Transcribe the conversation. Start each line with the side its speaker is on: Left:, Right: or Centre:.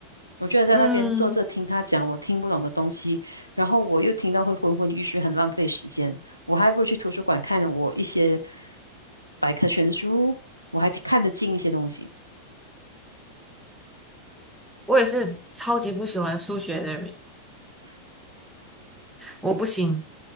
Right: 我觉得在那边坐着听他讲我听不懂的东西，
Centre: 嗯。
Right: 然后我又听到会昏昏欲睡，很浪费时间。我还不如去图书馆看我一些百科全书，我还看得进一些东西。
Centre: 我也是超级不喜欢数学的人，我不行。